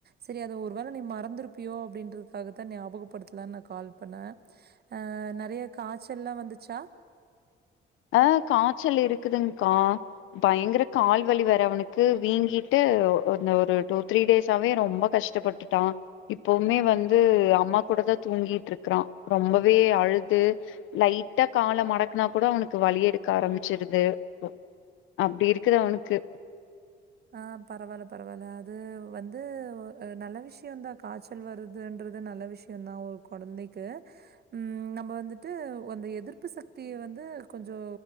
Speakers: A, on the right (about 55°); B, on the left (about 85°).
A: சரி அத ஒரு வேள நீ மறந்திருப்பியோ அப்டின்றதுக்காக த்த ஞாபகப்படுத்தலான் நா கால் பண்ண அ நெறைய காய்ச்சல்லா வந்துச்சா
B: ஆ காய்ச்சல் இருக்குதுங்க்கா பயங்கர கால்வலி வேர அவனுக்கு வீங்கிட்டு அந்த ஒரு டூ த்ரீ டேஸாவே ரொம்ப கஷ்டப்பட்டுட்டா இப்பவுமே வந்து அம்மா கூட தா தூங்கிட்ருக்றா ரொம்பவே அழுது லைட்டா கால மடக்னா கூட அவனுக் க்கு வலி எடுக்க ஆரம்பிச்சிடுது இப்போ அப்டி இருக்கு அவனுக்கு
A: ஆ பரவால்ல பரவால்ல அது வந்து நல்ல விஷயதா காச்சல் வருதுன்றது நல்ல விஷய தா ஒரு கொழந்தைக்கு ம்ம் நம்ப வந்துட்டு அந்த எதிர்ப்பு சக்திய வந்து கொஞ்சோ